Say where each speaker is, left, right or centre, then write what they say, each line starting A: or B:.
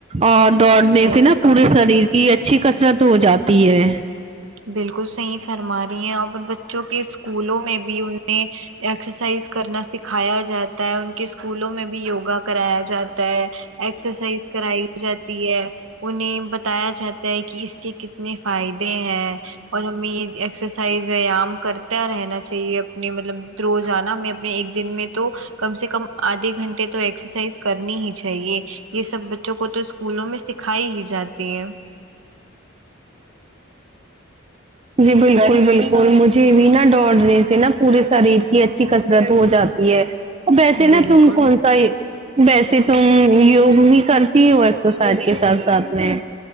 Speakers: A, on the right; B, on the right.
A: اور دوڑنے
B: بالکل
A: سے نا پورے شریر کی اچھی کثرت ہو جاتی ہے
B: بالکل صحیح فرما رہی ہیں اور بچوں کے اسکولوں میں بھی انہیں ایکسرسائز کرنا سکھایا جاتا ہے ان کے اسکولوں میں بھی یوگا کرایا جاتا ہے ایکسرسائز کرائی جاتی ہے انہیں بتایا جاتا ہے کہ اس کے کتنے فائدے ہیں اور ہمیں یہ ایکسرسائز ویام کرتا رہنا چاہیے اپنے مطلب روزآنا میں ہمیں ایک دن میں تو کم سے کم آدھے گھنٹے تو ایکسرسائز کرنی ہی چاہیے یہ سب بچوں کو تو اسکولوں میں سکھائی ہی جاتی ہے
A: جی بالکل بالکل مجھے بھی نا دوڑنے سے نا پورے شریر کی اچھی کسرت ہو جا ہے ویسے نا
B: بالکل
A: تم کون سا ہی ویسے تم یوگ بھی کرتی ہو ایکسرسائز کے ساتھ ساتھ میں